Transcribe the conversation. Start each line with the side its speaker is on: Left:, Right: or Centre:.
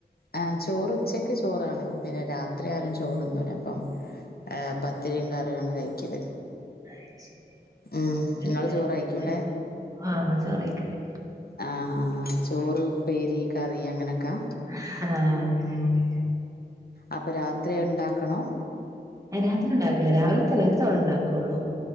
Left: ആ ചോറുച്ചക്ക് ചോറാണ് പിന്നെ രാത്രി ആരും ചോറ്ന്നൂല പ്പം ആഹ് പത്തിരിം കറിയുവാണ് കഴിക്കല്
Right: <unintelligible>
Left: ഉം നിങ്ങള് ചോറ് കഴിക്കൂല്ലേ ആഹ് ആഹ് ആഹ് ചോറ് ഉപ്പേരി കറി അങ്ങനൊക്കാ
Right: അഹഹ്ഹാ <unintelligible>
Left: അപ്പ രാത്രി അത്ണ്ടാക്കണൊ
Right: ഏ രാത്രി ഇണ്ടാക്കൂല രാവിലെ തന്നെ ഒരു തവണേണ്ടാക്കൊള്ളൂ